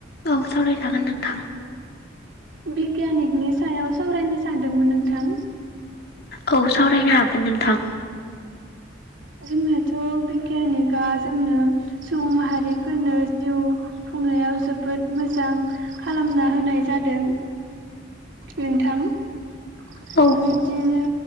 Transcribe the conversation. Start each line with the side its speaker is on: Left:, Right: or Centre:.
Left: औ सावराय जागोन नोंथां
Right: बिगियानिकनि सायाव सावरायनो सानदोंमोन नोंथां‌
Left: औ सावरायनो हागोन नोंथां
Right: जोंनाथ' बिगियानिकआ जोंनो सुबुं माहारिफोरनो जिउ खुंनायाव जोबोद मोजां खालामना होनाय जादों नोंथां बि
Left: औ
Right: बिदिनो